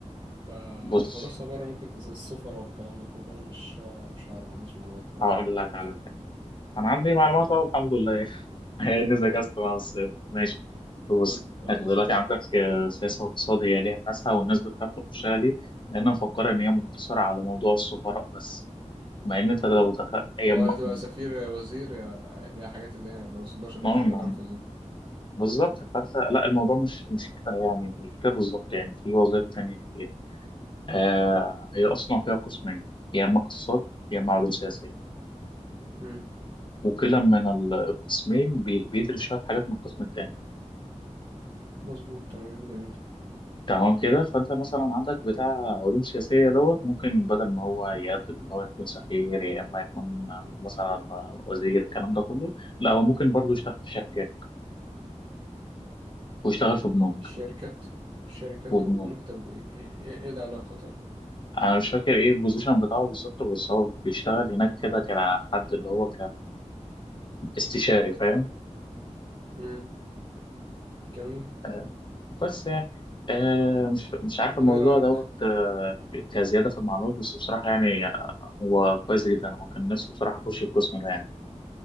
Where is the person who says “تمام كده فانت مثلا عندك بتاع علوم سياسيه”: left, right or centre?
Left